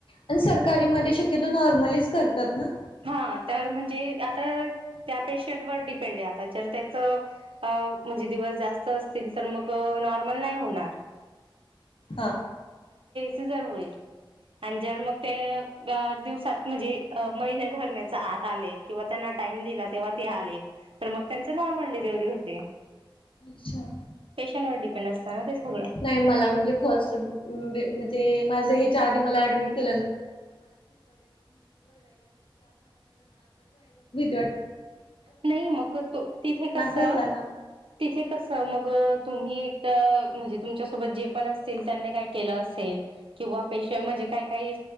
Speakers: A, on the left; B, on the right.
A: आणि सरकारी मध्ये शक्यतो नॉर्मलच करतात ना
B: हा तर म्हणजे आता त्या पेशंटवर डिपेंड आहे आता जर त्याच म्हणजे दिवस जास्त असतील तर मग नॉर्मल नाही होणार
A: हा
B: सिजर होईल आणि जर मग ते दिवसात म्हणजे अ महिने भरण्याचा आत आले किंवा त्यांना टाइम दिला तेव्हा ते आले तर मग त्यांचे नॉर्मल डिलिव्हरी होते
A: अच्छा
B: शिक्षणावर डिपेंड असतं ना ते सगळं
A: नाही मला म्हणजे फर्स्ट म्हणजे माझ हे चार <unintelligible> भीती वाटते
B: नाही मग तो तिथे कस
A: धरला ना
B: तिथे कस मग तुम्ही म्हणजे तुमच्यासोबत जे पण असतील त्यांनी काही केलं असेल किंवा पेशंट म्हणजे काही काही